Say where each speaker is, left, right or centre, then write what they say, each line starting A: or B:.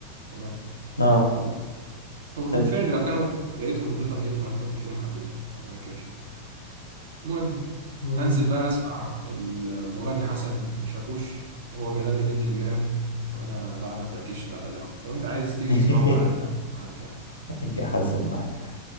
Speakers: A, on the right; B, on the left.
A: تمام
B: اه
A: الله وفي
B: طيب
A: الفعل لو كانوا لقيتهم نضيفة نيتهم أنا كنت في يوم حبيتهم يعني ما أنكرش المهم
B: المهم
A: انزل بقى اسمع المغني حسن شاكوش وهو بيغني بنت الجيران وانا بعد ما فركشت على القهوه لو انت عايز تيجي
B: <laughs>
A: تسمعه معايا أنا معاك يعني
B: هاجي احزن معاك